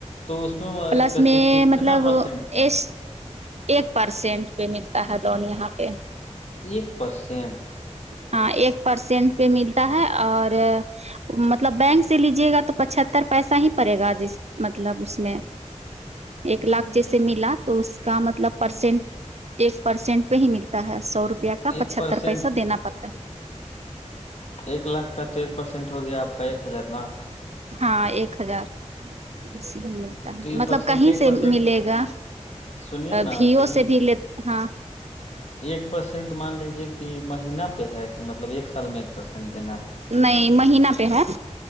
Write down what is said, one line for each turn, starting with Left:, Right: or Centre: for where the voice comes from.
Left: تو اس میں
Right: پلس
Left: کہتے
Right: میں
Left: کتنا
Right: مطلب
Left: پرسینٹ پہ
Right: ایس ایک پرسینٹ پہ ملتا ہے لون یہاں پہ
Left: ایک پرسینٹ
Right: ہاں ایک پرسینٹ پہ ملتا ہے اور مطلب بینک سے لیجے گا تو پچھتر پیسہ ہی پڑے گا ج مطلب اس میں ایک لاکھ جیسے ملا تو اس کا مطلب پرسینٹ ایک پرسینٹ پہ ہی ملتا ہے سو روپیہ کا
Left: ایک
Right: پچھتر
Left: پرسینٹ
Right: پیسہ دینا پڑتا ہے
Left: ایک لاکھ کا تو ایک پرسینٹ ہو گیا آپ کا ایک ہزار نا
Right: ہاں ایک ہزار اس
Left: تو یہ
Right: مطلب
Left: پرسینٹ
Right: کہیں
Left: ایک
Right: سے
Left: پرسینٹ
Right: ملے گا
Left: سنیے نا
Right: بھیو
Left: تو یہ
Right: سے بھی ل ہاں
Left: ایک پرسینٹ مان لیجیے کہ مہین پہ ہے کہ مطلب ایک سال میں ایک پرسینٹ دینا ہے
Right: نہیں مہینہ پہ ہےت